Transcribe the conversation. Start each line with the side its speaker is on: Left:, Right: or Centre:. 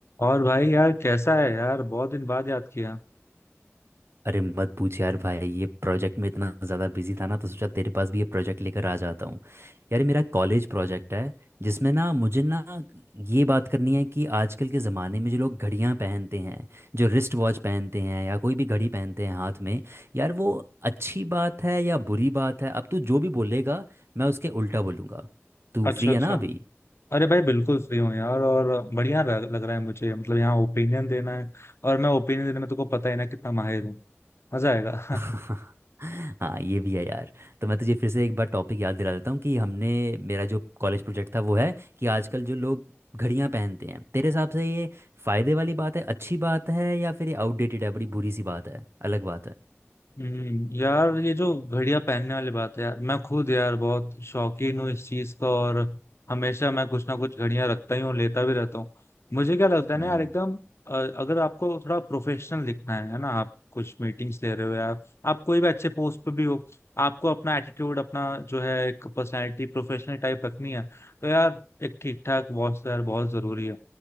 Left: और भाई यार कैसा है यार बहुत दिन बाद याद किया
Right: अरे मत पूछ यार भाई ये प्रोजेक्ट में इतना ज़्यादा बिजी था ना तो सोचा तेरे पास भी ये प्रोजेक्ट लेकर आ जाता हूँ यार ये मेरा कॉलेज प्रोजेक्ट है जिसमें ना मुझे ना ये बात करनी है कि आजकल के ज़माने में जो लोग घड़ियाँ पहनते हैं जो रिस्ट वॉच पहनते हैं या कोई भी घड़ी पहनते हैं हाथ में यार वो अच्छी बात है या बुरी बात है अब तू जो भी बोलेगा मैं उसके उल्टा बोलूँगा तू
Left: अच्छा
Right: फ्री
Left: अच्छा
Right: है ना अभी
Left: अरे भाई बिल्कुल फ्री हूँ यार और बढ़िया लग लग रहा है मुझे मतलब यहाँ ओपिनियन देना है और मैं ओपिनियन देने में तुमको पता ही ना कितना माहिर हूँ मजा आएगा <laughs>
Right: <laughs> हाँ ये भी है यार तो मैं तुझे फिर से एक बार टॉपिक याद दिला देता हूँ कि हमने मेरा जो कॉलेज प्रोजेक्ट था वो है कि आजकल जो लोग घड़ियां पहनते हैं तेरे हिसाब से ये फायदे वाली बात है अच्छी बात है या फिर ये आउटडेटेड है बड़ी बुरी सी बात है अलग बात है
Left: हम्म यार ये जो घड़ियां पहनने वाली बात है यार मैं खुद यार बहुत शौकीन हूँ इस चीज का और हमेशा मैं कुछ ना कुछ घड़ियां रखता ही हूँ लेता भी रहता हूँ मुझे क्या लगता है
Right: हम्म।
Left: ना यार एकदम अ, अगर आपको थोड़ा प्रोफेशनल दिखना है है ना आप कुछ मीटिंग्स ले रहे हो यार आप कोई भी अच्छे पोस्ट पे भी हो आपको अपना एटीट्यूड अपना जो है एक पर्सनैलिटी प्रोफेशनल टाइप रखनी है तो यार एक ठीक ठाक वॉच तो यार बहुत जरूरी है